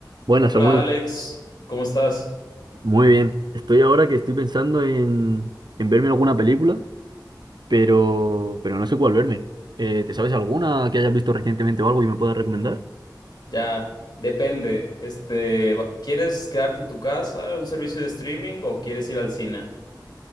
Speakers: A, on the right; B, on the left.
A: Bueno,
B: Hola
A: Samuel,
B: Alex, ¿cómo estás?
A: muy bien. Estoy ahora que estoy pensando en, en verme alguna película, pero, pero no sé cuál verme. Eh, ¿te sabes alguna que hayas visto recientemente o algo y me puedas recomendar?
B: Ya, depende. Este, va- ¿quieres quedarte en tu casa, un servicio de streaming o quieres ir al cine?